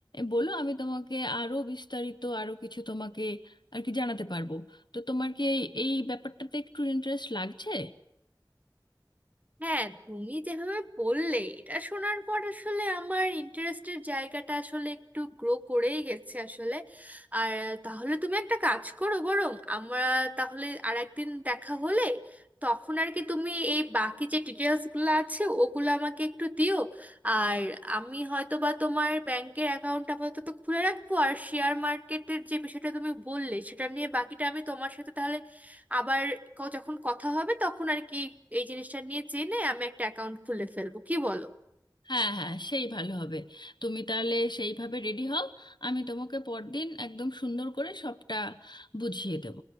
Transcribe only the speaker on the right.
হ্যাঁ তুমি যেভাবে বললে এটা শোনার পর আসলে আমার ইন্টারেস্টের জায়গাটা আসলে একটু গ্রো করেই গেছে আসলে আর আহ, তাহলে তুমি একটা কাজ করো বরং আমরা তাহলে আর একদিন দেখা হলে তখন আর কি তুমি এই বাকি যে ডিটেলসগুলো আছে ওগুলো আমাকে একটু দিও আর আমি হয়তো বা তোমার ব্যাংকের অ্যাকাউন্ট আপাতত খুলে রাখবো আর শেয়ার মার্কেটের যে বিষয়টা তুমি বললে সেটা নিয়ে বাকিটা আমি তোমার সাথে তাহলে আবার ক- যখন কথা হবে তখন আর কি এই জিনিসটা নিয়ে জেনে আমি একটা অ্যাকাউন্ট খুলে ফেলবো কি বলো